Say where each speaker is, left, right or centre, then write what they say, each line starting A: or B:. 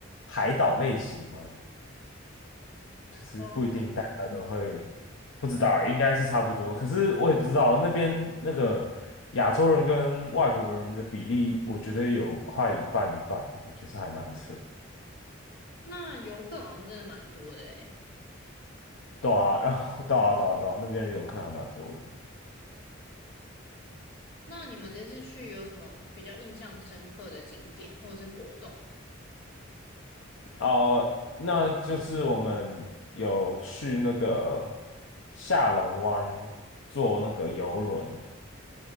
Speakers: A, on the left; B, on the left.
A: 海岛类型嘛，就是不一定大家都会不知道欸应该是差不多，
B: 哦，
A: 可是我也不知道那边那个亚洲人跟外国人的比例，我觉得有快一半一半诶，就是还蛮扯的。
B: 那游客好像真的蛮多的诶。
A: 对啊，然后对啊，对啊，对啊，那边的游客还蛮多的。
B: 那你们这次去有什么比较印象深刻的景点或者是活动吗？
A: 哦，那就是我们有去那个下龙湾坐那个游轮，